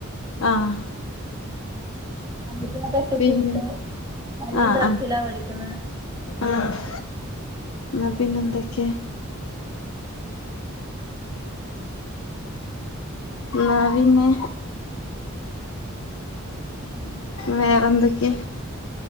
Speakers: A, on the left; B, on the right.
A: ആഹ്
B: അനത്തിനെ കെട്ടിച്ച്
A: പിന്നെ
B: വിട്ടു അനിയൻ
A: ആഹ്
B: ദർസിലാ പഠിക്കുന്നേ
A: ആഹ് ന്നാ പിന്നെന്തൊക്കെ ന്നാ പിന്നെ
B: ഉം
A: വേറെന്തൊക്കെ